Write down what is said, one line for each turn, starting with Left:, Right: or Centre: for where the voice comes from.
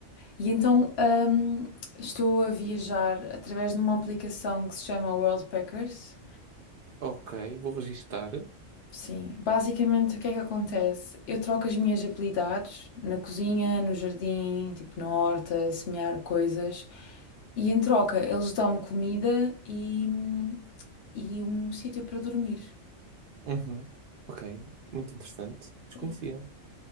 Left: E então hum, estou a viajar através de uma aplicação que se chama Worldpackers
Right: Ok, vou registar.
Left: Sim, basicamente o que é que acontece? Eu troco as minhas habilidades na cozinha, no jardim, tipo na horta, semear coisas, e em troca eles dão-me comida e, e um sítio para dormir.
Right: Uhum. Ok, muito interessante. Desconhecia.
Left: Sim,